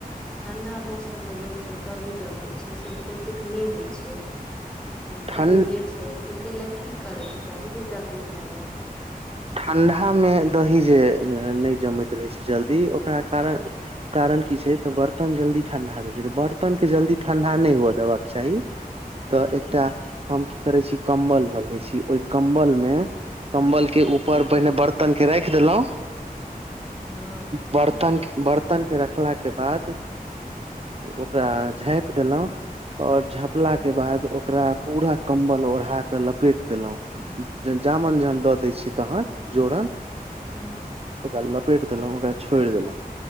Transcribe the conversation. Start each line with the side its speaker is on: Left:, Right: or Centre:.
Centre: ठंडा मौसममे लोक जे दही जमबै छै, से ओतेक नहि होइ छै। हँ, कनि
Right: ठण्ड
Centre: लेटसँ होइ छै, ताहि लेल की करैके चाही जे जल्दी भऽ जाय?
Right: ठंडामे दही जल्दी नहि जमैत रहै छै, ओकर कारण की? कारण की छै। तऽ बर्तन जल्दी ठंडा देय छै। त बर्तन के जल्दी ठंडा नहि हुए देबाक के चाही तऽ
Centre: हूं
Right: एकटा हम की करै छी कम्बल लऽ ले छी ओहि कम्बल मे। कम्बल के ऊप ऊपर पहिने बर्तन के राख देलहु
Centre: हँ तकर
Right: बर्तन
Centre: बाद
Right: के ब बर्तनके रखलाक बाद ओकरा झाँपि देलहुँ। आओर झाँपलाक
Centre: हूं
Right: बाद ओकरा पूरा कम्बल ओढ़ा कऽ लपेट देलहुँ। जामन जहन दऽ दै छी तहन जोरन
Centre: हँ
Right: ओकरा लपेटि देलँयौ ओकरा छोड़ि देलँयौ